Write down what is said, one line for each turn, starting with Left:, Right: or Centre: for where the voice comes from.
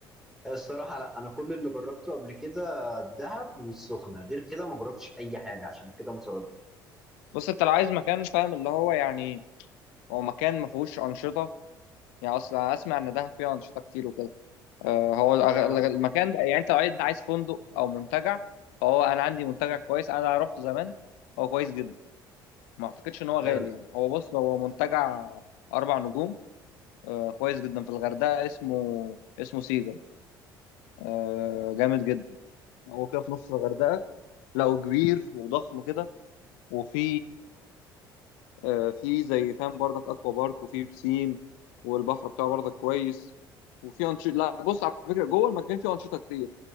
Centre: الصراحه لا انا كل اللي جربته قبل كده الدهب والسخنه غير كده ما جربتش اي حاجه عشان كده متردد
Left: بص انت لو عايز مكان فاهم اللي هو يعني هو مكان ما فيهوش انشطه يعني اصلا اسمع ان دهب فيها انشطه كتير وكده آه هو الأغ-
Centre: اه
Left: المكان ده يعني انت لو عايز عايز فندق او منتجع فهو انا عندي منتجع كويس انا رحته زمان هو كويس جدا ما اعتقدش ان هو غالي
Centre: حلو
Left: يعني هو بص هو منتجع اربع نجوم آه كويس جدا في الغردقه اسمه اسمه سيجا آه جامد جدا هو كده في نص الغردقه لقوا كبير وضخم كده وفي آه في زي فاهم بردك اكوا بارك وفي بسين والبحر بتاعه بردك كويس وفي انشطه لا بص على فكره جوه المكان فيه انشطه كتير